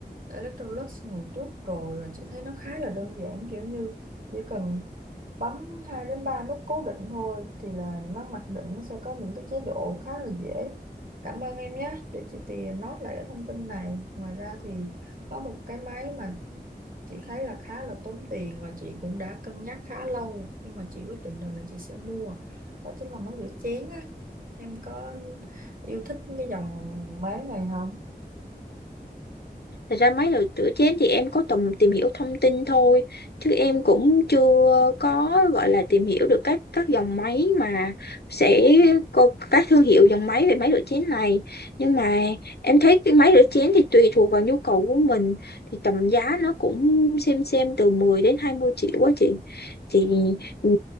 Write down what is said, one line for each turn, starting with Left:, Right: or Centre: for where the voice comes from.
Right: Electrolux ngày trước rồi và chị thấy nó khá là đơn giản kiểu như chỉ cần bấm 2 đến 3 nút cố định thôi thì là nó mặc định nó sẽ có những cái chế độ khá là dễ cảm ơn em nhé để chị tìa note lại cái thông tin này ngoài ra thì có một cái máy mà chị thấy là khá là tốn tiền và chị cũng đã cân nhắc khá lâu nhưng mà chị quyết định rằng là chị sẽ mua đó chính là máy rửa chén á em có yêu thích cái dòng máy này không
Left: Thật ra mấy đồ rửa chén thì em có tầm tìm hiểu thông tin thôi chứ em cũng chưa có gọi là tìm hiểu được các các dòng máy mà sẽ có các thương hiệu dòng máy về máy rửa chén này nhưng mà em thấy cái máy rửa chén thì tùy thuộc vào nhu cầu của mình thì tầm giá nó cũng xem xem từ 10 đến 20 triệu quá chị thì ừ,